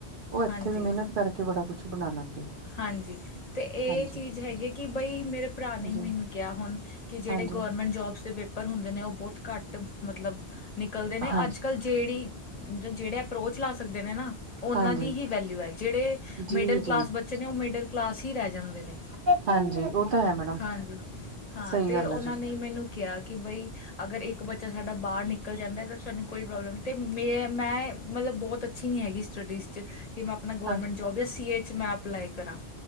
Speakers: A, on the right; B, on the left.
A: ਉਹ ਇੱਥੇ
B: ਹਾਂਜੀ।
A: ਵੀ ਮਿਹਨਤ ਕਰਕੇ ਬੜਾ ਕੁਛ ਬਣਾ ਲੈਂਦੇ
B: ਹਾਂਜੀ ਤੇ ਇਹ
A: ਹਾਂਜੀ
B: ਚੀਜ਼ ਹੈਗੀ ਕਿ ਬਈ ਮੇਰੇ ਭਰਾ ਨੇ ਮੈਨੂੰ
A: ਜੀ
B: ਕਿਹਾ ਹੁਣ ਕਿ ਜਿਹੜੇ
A: ਹਾਂਜੀ
B: ਗ ਟ ਜੋਬ ਦੇ ਪੇਪਰ ਹੁੰਦੇ ਉਹ ਬਹੁਤ ਘੱਟ ਮਤਲਬ ਨਿਕਲਦੇ ਨੇ
A: ਹਾਂਜੀ
B: ਅੱਜ ਕ੍ਹ ਜਿਹੜੀ ਜਿਹੜੇ ਅਪਰੋਚ ਲਾ ਸਕਦੇ ਨੇ ਨਾ ਉਹਨਾਂ
A: ਹਾਂਜੀ
B: ਦੀ ਹੀ ਵੈਲਊ ਹੈ ਜਿਹੜੇ
A: ਜੀ
B: ਮਿਡਲ ਕਲਾਸ
A: ਜੀ
B: ਬੇ ਬੱਚੇ ਨੇ ਉਹ ਮਿਡਲ ਕਲਾਸ ਹੀ ਰਹਿ ਜਾਂਦੇ ਨੇ
A: ਹਾਂਜੀ ਉਹ ਤਾਂ ਹੈ ਮੈਡਮ
B: ਹਾਂਜੀ ਹਾਂ
A: ਸਹੀ
B: ਤੇ
A: ਗੱਲ
B: ਉਹਨਾਂ
A: ਹੈ ਜੀ
B: ਨੇ ਮੈਨੂੰ ਕਿਹਾ ਕਿ ਬਈ ਅਗਰ ਇੱਕ ਬੱਚਾ ਸਾਡਾ ਬਾਹਰ ਨਿਕਲ ਜਾਂਦਾ ਤਾਂ ਸਾਨੂੰ ਕੋਈ ਪ੍ਰੋਬਲਮ ਨਹੀਂ ਤੇ ਮੇ ਮੈਂ ਮਤਲਬ ਬਹੁਤ ਅੱਛੀ ਨਹੀਂ ਹੈਗੀ ਸਟੱਡੀਜ਼ ' ਕਿ ਮੈਂ ਆਪਣਾ ਗੌਰਮੈਂਟ
A: ਹਾਂਜੀ
B: ਜੋਬ ਸੀ ਏ ' ਮੈਂ ਆਪ ਅਪਲਾਈ ਕਰਾਂ